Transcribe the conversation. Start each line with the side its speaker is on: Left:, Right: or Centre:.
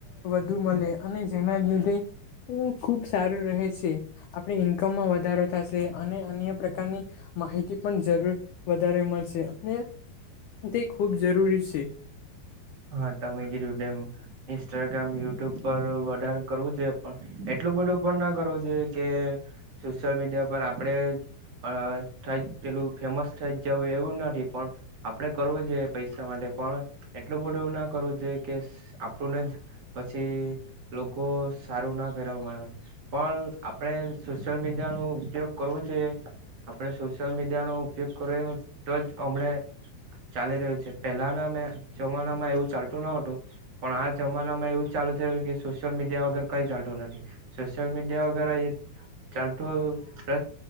Left: ડુમલે અને ઝ મિલતે હ ખુબ સારું રહે છે આપણી ઈન્કમમાં વધારો થશે અને અન્ય પ્રકારની માહિતી પણ જરૂર વધારે મળશે અને તે ખૂબ જરૂરી છે
Right: હા ટમે ગીેમ ઇન્સ્ટાગ્રામ યુટ્યુબ પર વધારે કરવું છે પણ એટલું ડું પણ ના કરવું જોઈએ કે સોશયલ મીડિયા પર આપણેે અ થઈ જ પેલું ફેમસ થઈ જ જવું એવું નથી પણ આપડે કરવું જોઈએ પૈસા માટે પણ એ એટલું બધું એવું ના કરવું જો કે આપણુંને જ પછી લોકો સારું ના કરે પણ આપણે સોશિયલ મીડિયા ન ઉપયોગ કરવો છે આપણે સોશિયલ મીડિયાનોો ઉપયોગ કરવ તો જ હમણે ચાલી રહ્યું છે પેલાના મેમે જમાના માં એવું ચાલતું ન હતું પણ આ જમાના માં એવું ચાલુ છે કે સોશિયલ મીડિયા વગર કઈ ચાલતું સોશલ મીડિયા વગેરે ચાલો ર તો જ